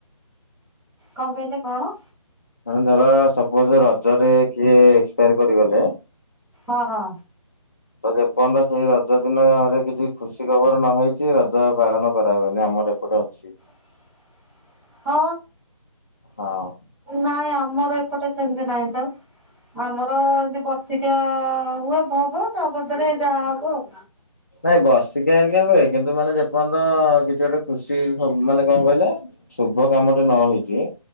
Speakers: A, in the centre; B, on the left (about 25°).
A: କଣ କହିଲେ କଣ?
B: ଧର ଧର ସପୋଜ ରଜରେ କିଏ ଏକ୍ସପାୟାର କରିଗଲେ।
A: ହଁ ହଁ।
B: ତ ଯେପର୍ଯ୍ୟନ୍ତ ସେଇ ରଜ ଦିନରେ କିଛି ଖୁସି ଖବର ନହେଇଛି ରଜ ପାଳନ କରା ହୁଏନି ଆମର ଏପଟେ ଅ ଛି
A: <inaudible> ହଁ
B: ହଁ।
A: ନାଇଁ ଆମର ଏପଟେ ସେମିତି ନାହିଁ ତ। ଆମର ଏମତି ବର୍ଷିକିଆ ହୁଏ। ହବ ତା ପଛରେ ଯାହା ହବ ଆଉ
B: ନାଇଁ ବର୍ଷିକିଆ ହେରିକି ହୁଏ କିନ୍ତୁ ମାନେ ଯେ ପର୍ଯ୍ୟନ୍ତ କିଛି ଗୋଟେ ଖୁସି ମାନେ କଣ କହିଲେ ଶୁଭ କାମଟେ ନ ହେଇଛି